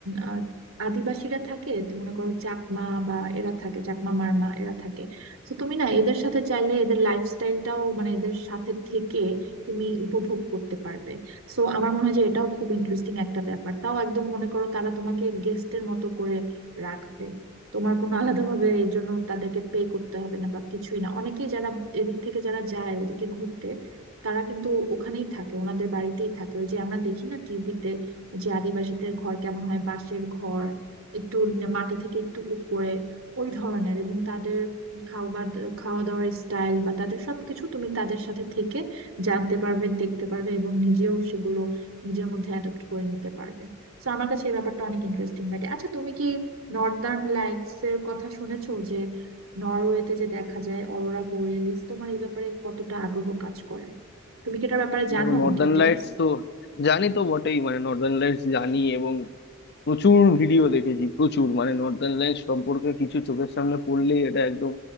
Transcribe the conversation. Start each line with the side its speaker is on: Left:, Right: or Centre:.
Right: আহ, আদিবাসীরা থাকে মনে করো চাকমা বা এরা থাকে চাকমা মারমা এরা থাকে তো তুমি না এদের সাথে চাইলে এদের লাইফস্টাইলটাও মানে এদের সাথে থেকে তুমি উপভোগ করতে পারবে সো আমার মনে হয় যে এটাও খুব ইন্টারেস্টিং একটা ব্যাপার তাও একদম মনে করো তারা তোমাকে গেস্টের মতো করে রাখবে তোমার কোনো আলাদাভাবে এর জন্য তাদেরকে পে করতে হবে না বা কিছুই না অনেকেই যারা এদিক থেকে যারা যায় ওদিকে ঘুরতে তারা কিন্তু ওখানেই থাকে ওনাদের বাড়িতেই থাকে ওই যে আমরা দেখি না টিভিতে যে আদিবাসীদের ঘর কেমন হয় বাঁশের ঘর একটু ন- মাটি থেকে একটু উপরে ওই ধরনের এবং তাদের খাওয়া খাওয়া দাওয়ার স্টাইল বা তাদের সবকিছু তুমি তাদের সাথে থেকে জানতে পারবে দেখতে পারবে এবং নিজেও সেগুলো নিজের মধ্যে অ্যাডাপ্ট করে নিতে পারবে তো আমার কাছে এই ব্যাপারটা অনেক ইন্টারেস্টিং লাগে আচ্ছা তুমি কি নর্দার্ন লাইটস এর কথা শুনেছো যে নরওয়েতে যে দেখা যায় অরোরা বোরিয়ালিস তোমার এই ব্যাপারে কতটা আগ্রহ কাজ করে তুমি কি এটার ব্যাপারে জানো
Left: দেখো নর্দার্ন
Right: ডিটেলস
Left: লাইটস তো জানি তো বটেই মানে নর্দার্ন লাইটস জানি এবং প্রচুর ভিডিও দেখেছি প্রচুর মানে নর্দার্ন লাইটস সম্পর্কে কিছু চোখের সামনে পড়লেই এটা একদম